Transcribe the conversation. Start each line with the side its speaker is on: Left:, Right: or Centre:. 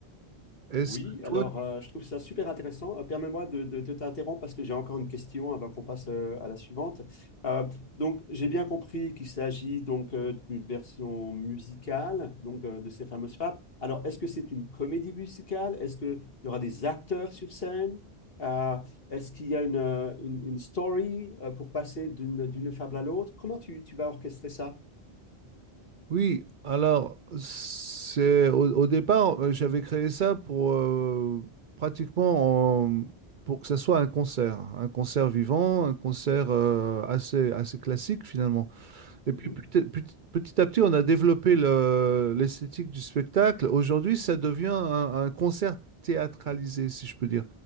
Right: Est-ce
Left: Oui,
Right: que toi...
Left: alors euh, je trouve ça super intéressant. Euh, permets-moi de, de- de t'interrompre parce que j'ai encore une question avant qu'on passe euh, à la suivante. Euh, donc, j'ai bien compris qu'il s'agit donc euh, d'une version musicale donc euh, de ces fameuses fables. Alors, est-ce que c'est une comédie musicale? Est-ce qu'il y aura des acteurs sur scène? Euh, est-ce qu'il y a une, euh, une- une story euh, pour passer d'une d'une fable à l'autre? Comment tu, tu vas orchestrer ça?
Right: Oui, alors, c'est au, au départ, euh, j'avais créé ça pour euh, pratiquement en- pour que ça soit un concert, un concert vivant, un concert euh, assez, assez classique, finalement. Et
Left: Mhm.
Right: puis petit, petit- petit à petit, on a développé le- l'esthétique du spectacle. Aujourd'hui, ça devient un, un concert théâtralisé, si je peux dire.